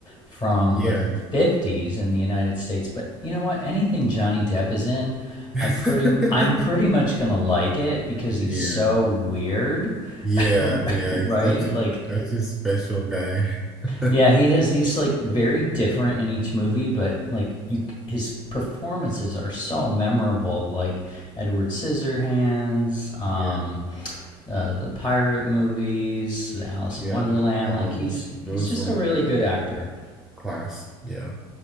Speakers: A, on the left (about 40°); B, in the centre.
A: from
B: Yeah.
A: the 50s in the United States, but you know what? Anything Johnny Depp is in,
B: <laughs>
A: I pretty I'm pretty much going to like it because he's
B: Yeah.
A: so weird.
B: Yeah,
A: <laughs>
B: yeah.
A: right?
B: He's such a
A: Like
B: such a special guy. <laughs>
A: Yeah, he has. He's like very different in each movie, but like you, his performances are so memorable. Like Edward Scissorhands, um,
B: Yeah,
A: uh, the pirate movies, Alice
B: yeah.
A: in Wonderland.
B: All
A: Like he's
B: those those
A: he's just
B: ones
A: a really
B: were
A: good actor.
B: class. Yeah.